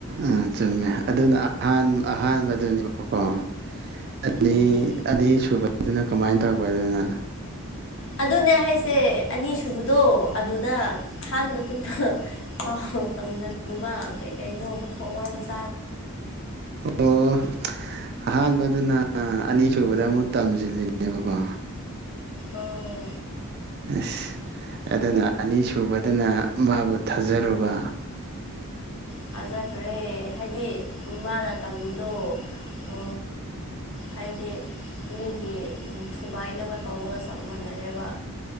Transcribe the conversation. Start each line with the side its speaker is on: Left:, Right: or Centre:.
Right: ꯎꯝ ꯆꯨꯝꯃꯦ ꯑꯗꯨꯅ ꯑꯍꯥꯟ ꯑꯍꯥꯟꯕꯗꯨꯅꯦꯕꯀꯣ ꯑꯅꯤ
Left: ꯎꯝ
Right: ꯑꯅꯤꯁꯨꯕꯗꯨꯅ ꯀꯃꯥꯏꯅ ꯇꯧꯕ ꯑꯗꯨꯅ
Left: ꯑꯗꯨꯅꯦ ꯍꯥꯏꯁꯦ ꯑꯅꯤ ꯁꯨꯕꯗꯣ ꯑꯗꯨꯗ ꯑꯍꯥꯟꯕꯗꯨꯗ ꯄꯥꯎ ꯇꯝꯖꯜꯂꯨꯕ ꯀꯩ ꯀꯔꯩꯅꯣ ꯃꯊꯣꯡ ꯃꯔꯝ ꯁꯨ
Right: ꯑꯣ ꯑꯍꯥꯟꯕꯗꯨꯅ ꯑꯅꯤꯁꯨꯨꯕꯗ ꯑꯃꯨꯛ ꯇꯝꯁꯤꯜꯂꯤꯅꯦꯕꯀꯣ
Left: ꯎꯝ
Right: ꯑꯁ ꯑꯗꯨꯅ ꯑꯅꯤ ꯁꯨꯕꯗꯨꯅ ꯃꯥꯕꯨ ꯊꯥꯖꯔꯨꯕ
Left: ꯊꯖꯈ꯭ꯔꯦ ꯍꯥꯏꯗꯤ ꯃꯥꯅ <inaudible> ꯗꯣ ꯑꯝ ꯍꯥꯏꯗꯤ ꯃꯤꯒꯤ ꯊꯨꯒꯥꯏꯅꯕ ꯇꯧꯕꯒ ꯆꯞ ꯃꯥꯟꯅꯔꯦꯕ